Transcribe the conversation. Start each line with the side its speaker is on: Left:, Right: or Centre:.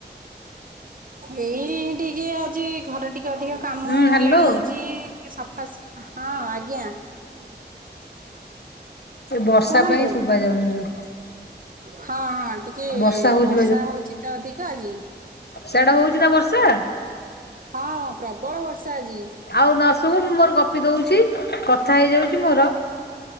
Right: ଏଇ ଟିକେ ଆଜି ଘରେ ଟିକେ ଅଧିକ କାମ
Left: ହୁଁ ହ୍ୟାଲୋ
Right: ଲାଗିଯାଇଛି। ଟିକେ ସଫାସ୍ ହଁ ଆଜ୍ଞା।
Left: ଏ ବର୍ଷା
Right: କୁହନ୍ତୁ।
Left: <unintelligible>
Right: ହଁ ହଁ ଟିକେ
Left: ବର୍ଷା ହଉଛି
Right: ବର୍ଷା ହଉଛି ତ ଅଧିକ ଆଜି।
Left: ସେଆଡେ ହଉଛି ନା ବର୍ଷା।
Right: ହଁ ପ୍ରବଳ ବର୍ଷା ଆଜି।
Left: ଆଉ ନସୁବୁ ମୁଁ ମୋର ଗପି ଦଉଛି କଥା ହେଇଯାଉଛି ମୋର।